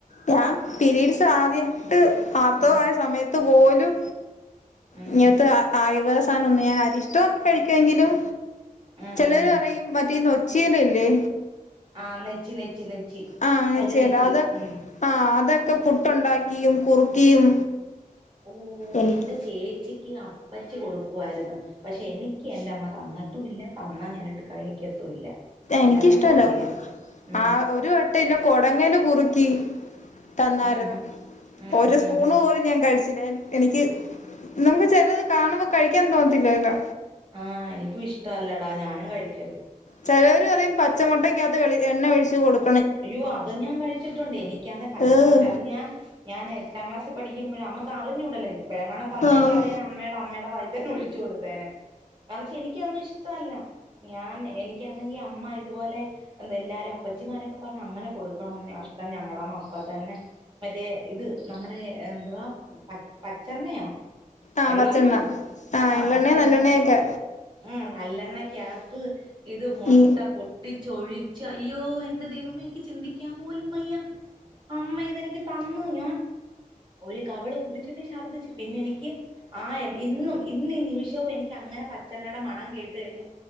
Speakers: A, on the left; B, on the right.
A: ഞാൻ പിരീഡ്സ് ആദ്യട്ട് ആർത്തവയ
B: ഉം
A: സമയത്ത് പോലും
B: ഉം
A: ഇങ്ങനത്തെ ആയുർവേദ സാധനം ഒന്നും ഞാൻ അരിഷ്ടമൊക്കെ കഴിക്കുമെങ്കിലും
B: ഉം
A: ചിലര് അറയും മറ്റേ ഈ നോച്ചിയിലല്ലേ
B: ആ നെച്ചി നെച്ചി നെച്ചി
A: ആ നെച്ചില
B: കരിനെച്ചി
A: അതൊ
B: ഉം
A: ആ അതൊക്കെ പുട്ടുണ്ടാക്കിയും കുറുക്കിയും
B: ഓ
A: എനിക്ക്
B: എന്റെ ചേച്ചി എനിക്ക് അപ്പച്ചി കൊടുക്കുമായിരുന്നു പക്ഷെ എനിക്ക് എന്റെ അമ്മ തന്നിട്ടുമില്ല തന്നാൽ ഞാനിട്ട് കഴിക്കത്തുമില്ല
A: എനിക്കിഷ്ടല്ല
B: എന്റെ അമ്മയ്ക്ക് അറിയാം ഉം
A: ആ ഒരു വെട്ടം ഇല്ല കൊടങ്ങല് കുറുക്കി തന്നായിരുന്നു
B: ഉം ഉം ഉം
A: ഒരു സ്പൂൺ
B: ഉം ഉം
A: പോലും ഞാൻ കഴിച്ച എനിക്ക് നമുക്ക് ചെലത് കാണുമ്പോ കഴിക്കാൻ തോന്നത്തില്ലല്ലോ
B: ആ എനിക്കും ഇഷ്ടല്ലടാ ഞാനും കഴിക്കും
A: ചിലവരു പറയും പച്ചമുട്ടക്കാത് വെളി എണ്ണ ഒഴിച്ച് കൊടുക്കു
B: അയ്യോ അത് ഞാൻ കഴിച്ചിട്ടുണ്ട് എനിക്കാന്നേ പച്ചമുട്ട
A: ഏഹ്
B: അത് ഞാൻ ഞാൻ എട്ടാം ക്ലാസ് പഠിക്കുമ്പോഴ നമുക്ക് അറിഞ്ഞൂടല്ലേ ഇപ്പോഴെങ്ങാണം തന്നെങ്കിൽ
A: ആഹ്
B: അത് ഞാൻ അമ്മടെ അമ്മടെ വായി തന്നെ ഒഴിച്ചു കൊടുത്തെനെ കാരണം വെച്ചാ എനിക്കന്നും ഇ ടല്ല ഞാൻ എനിക്കാണെങ്കിൽ അമ്മ ഇതുപോലെ എല്ലാരും അപ്പച്ചിമാരു പറഞ്ഞ് അങ്ങനെ കൊടുക്കണന്ന് കഷ്ടം ഞങ്ങളടാമ്മ അപ്പ തന്നെ മറ്റേ ഇത് നമ്മുടെ എന്തുവാ പച്ചെണ്ണയോ
A: ആഹ്
B: എള്ളണ്ണയോ
A: പച്ചെണ്ണ ആഹ്
B: ആ
A: എള്ളെണ്ണ
B: പച്ചണ്ണ
A: നല്ലെണ്ണയൊക്കെ
B: ഉം നല്ലെണ്ണക്കാത്ത് ഇത് മൊട്ട
A: ഈ
B: പൊട്ടിച്ചൊഴിച്ച് അയ്യോ എന്റെ ദൈ വമേ എനിക്ക് ചിന്തിക്കാൻ പോലും വയ്യ അമ്മ ഇതെനിക്ക് തന്നു ഞാൻ ഒരു കവള് കുടിച്ചിട്ട് ഛർദ്ദിച്ചു പിന്നെ എനിക്ക് ആ ഇന്നും ഇന്ന് നിമിഷവും എനിക്ക് അങ്ങനെ പച്ചെണ്ണയുടെ മണം കേട്ട കഴിഞ്ഞാൽ